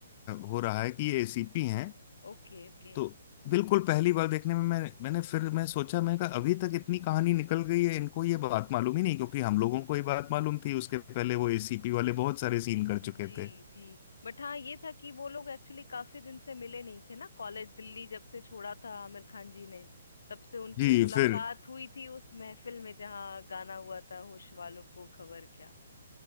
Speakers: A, on the left; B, on the left.
A: हो रहा है कि ये एसीपी हैं
B: Okay okay
A: तो बिल्कुल पहली बार देखने में मैं मैंने फिर मैं सोचा मैं कहा अभी तक इतनी कहानी निकल गई है इनको ये बात मालूम ही नहीं क्योंकि हम लोगों को ये बात मालूम थी उसके पहले वो एसीपी वाले बहुत सारे सीन कर
B: जी
A: चुके थे
B: जी बट हाँ ये था कि वो लोग एक्चुअली काफी दिन से मिले नहीं थे ना कॉलेज दिल्ली जब से छोड़ा था आमिर खान जी ने तब से उनकी
A: जी
B: मुलाकात
A: फिर
B: हुई थी उस महफिल में जहाँ गाना हुआ था होश वालों को खबर क्या